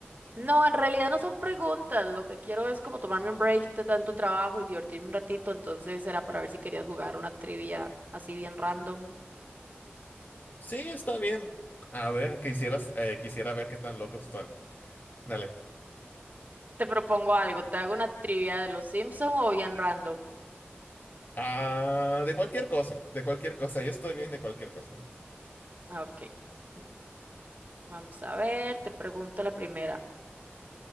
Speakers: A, on the right; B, on the left.
A: No, en realidad no son preguntas. Lo que quiero es como tomarme un break de tanto trabajo y divertirme un ratito. Entonces era para ver si querías jugar una trivia así bien random.
B: Sí, está bien. A ver, quisieras, eh, quisiera ver qué tan locos están. Dale.
A: Te propongo algo. ¿Te hago una trivia de los Simpson o bien random?
B: Ah, de cualquier cosa, de cualquier cosa. Yo estoy bien de cualquier cosa.
A: Ah, Ok. mm, Vamos a ver. Te pregunto la primera.